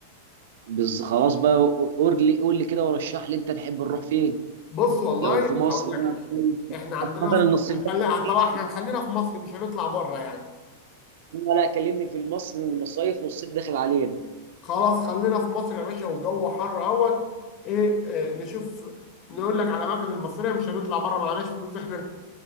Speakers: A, on the right; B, on the left.
A: بس خلاص بقى قول لي قول لي كده ورشح لي انت تحب نروح فين
B: بص والله
A: لو
B: انا
A: في مصر
B: هقول لك
A: بقى
B: حاجة
A: كويس،
B: احنا عندنا
A: خاصة
B: في...
A: إن الصيف داخل
B: خلي...
A: علينا
B: طبعا احنا خلينا في مصر مش هنطلع بره يعني
A: لا لا، كلمني في مصر المصايف والصيف داخل علينا
B: خلاص خلينا في مصر يا باشا والجو حر اهوت ايه اه نشوف نقول لك على الاماكن المصرية مش هنطلع بره معناش فلوس احنا